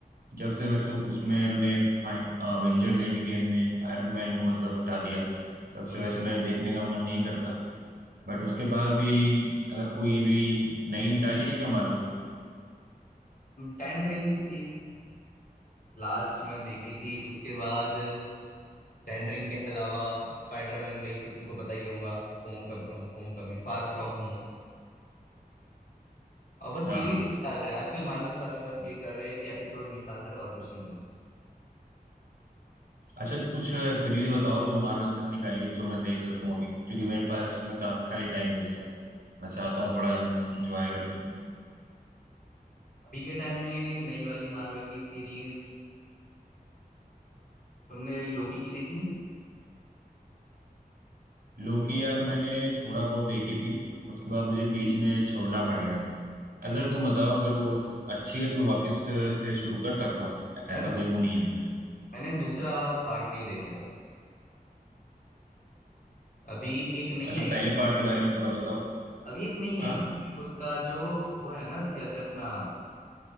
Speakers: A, on the right; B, on the left.
A: जब से मतलब उसमें उन्होंने फाइन अवेंजर्स एंड गेम में आयरन मैन को मतलब हटा दिया तब
B: हूँ
A: से वैसे मेरा देखने का मन नहीं करता बट उसके बाद भी अगर कोई अभी नई निकाली है क्या मार्वल की
B: टेन रिंग्स थी लास्ट मैंने देखी थी उसके बाद टेन रिंग के अलावा स्पाइडरमैन वही तो तुमको पता ही होगा home come, home coming far from home और बस
A: हाँ
B: सीरीज
A: हाँ
B: ही निकाल रहे हैं आजकल मार्वल्स वाले बस ये कर रहे हैं कि एपिसोड निकाल रहे हैं और कुछ नहीं कर रहे
A: अच्छा कुछ सीरीज बताओ जो मार्वल से निकाली है जो मैं देख सकूं अभी क्योंकि मेरे पास में काफी खाली टाइम बच रहा है मैं चाहता हूँ थोड़ा एंजॉय कर सकूं
B: अभी के टाइम में नई वाली मार्वल की सीरीज तुमने लोकी की देखी है
A: लोकी यार मैंने थोड़ा बहुत देखी थी उसके बाद मुझे बीच में छोड़ना पड़ गया था अगर
B: क्या?
A: तुम बताओ अगर वो अच्छी है तो मैं वापस से शुरू कर सकता हूँ ऐसा
B: मैं-
A: कोई वो नहीं है मेरा
B: मैंने दूसरा पार्ट नहीं देखा है अभी एक नई
A: अच्छा
B: आई
A: पहले
B: है
A: पार्ट के बारे में थोड़ा बताओ
B: अभी एक नई आई
A: हाँ
B: है एक उसका जो वो है ना क्या कहते हैं अपना